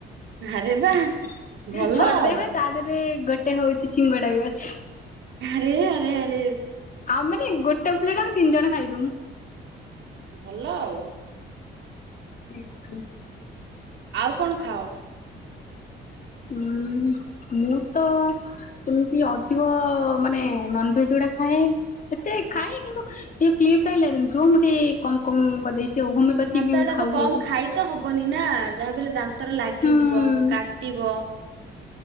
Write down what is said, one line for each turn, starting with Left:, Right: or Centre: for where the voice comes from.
Right: ଆରେ ବା
Left: ଛଟା
Right: ଭଲ ଆଉ
Left: ଦେବେ ତା ଦେହରେ ଗୋଟେ ହଉଛି ସିଙ୍ଗଡା ବି ଅଛି।
Right: ଆରେ ଆରେ ଆରେ
Left: ଆଉ ମାନେ
Right: ଆସ୍
Left: ଗୋଟେପ୍ଳେଟ ଆମେ ତିନି ଜଣ ଖାଇଦବୁ।
Right: ଭଲ ଆଉ।
Left: <inaudible>
Right: ଆଉ କଣ ଖାଅ?
Left: ହୁଁ ମୁଁ ତ ସେମିତି ଅଧିକ ମାନେ ନନଭେଜ ଗୁଡା ଖାଏ। ଏତେ ଖାଏ କିନ୍ତୁ ଟିକେ କିପ୍ଟି ଆଇଲା ଦିନଠୁ ମୁଁ ଟିକେ କମ କମ କରିଦେଇଛି ଆଉ ହୋମିଅପାତିକି
Right: ହଁ ତ ଏଇଟା
Left: ଖାଉଛି
Right: ତ କମ
Left: ଗୋଟେ
Right: ଖାଇ ତ ହବନି ନା ଯାହା ବି ହେଲେ ଦାନ୍ତରେ ଲାଗିଯିବ
Left: ହୁଁ।
Right: କାଟିବ।